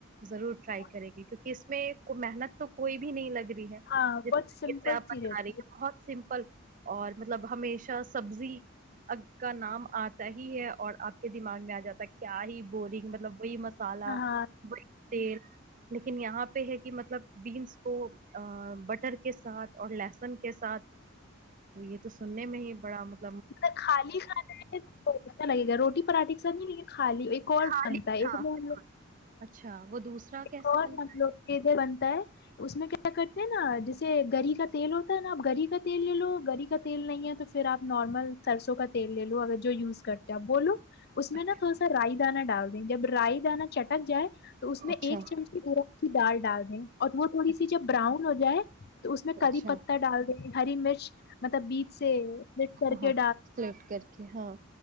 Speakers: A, on the right; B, on the left.
A: ضرور
B: آپ
A: ٹرائی کرے گی کیونکہ اس میں محنت تو کوئی بھی نہیں لگ رہی بھی ہے
B: ہاں
A: جس طریقے
B: بہت سمپل
A: سے آپ بتا
B: سی رہتی
A: رہی
B: ہے
A: ہیں بہت سمپل اور مطلب ہمیشہ سبزی کا نام آتا ہی ہے اور آپ کے دماغ میں آ جاتا ہے کیا ہی بورنگ مطلب وہی مس مسالہ
B: ہاں
A: وہ تیل لیکن یہاں پہ ہے مطلب بینس کو بٹر کے ساتھ اور لہسن کے ساتھ تو یہ تو سننے میں ہی بڑا مطب
B: مطلب خالی کھانےت اچھا لگے گا روٹی پراٹے کا سر نہیں لیک خالی ایک اور
A: خالی
B: بنتا ہے ایکوگ
A: ہاں اچھا وہ دوسرا
B: ایک
A: کیسے
B: اور
A: بنتا
B: ہم لوگ کےھر بنتا ہے اس میں کیا کرتے ہیں نا جیسے گری کا تیل ہوتا ہے نا آپ گری کا تیل لے لو گری کا تیل نہیں ہے تو پھر آپ نارمل سرسوں کا تیل لے لو اگر جو یوز کرتے آپ بولو اس
A: ہے
B: میں
A: اچھا
B: نا تھوڑا سا رائی دانا ڈالتا جب رائی دانا چٹک جائے تو اس میں
A: اچھا
B: ایک چمچی گرم کی دال ڈال دیں اور وہ تھوڑی
A: اچھا
B: سی جب براؤن ہو جائے تو اس میں کری
A: اچھا
B: پتہ ڈال دیں گ ہری مرچ مطلب بیچ سے لٹ
A: ہاں
B: کر کے
A: ہاں سلیکٹ کر کے ہاں